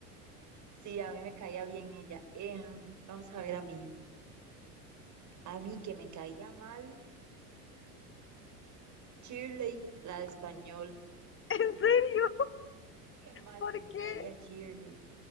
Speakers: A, on the right (about 40°); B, on the left (about 25°).
A: Sí, a mí me caía bien ella. Em, vamos a ver a mí. A mí que me caía mal, Shirley, la de español.
B: <laughs> ¿En serio?
A: Qué mal
B: ¿Por
A: que me
B: qué?
A: caía Shirley.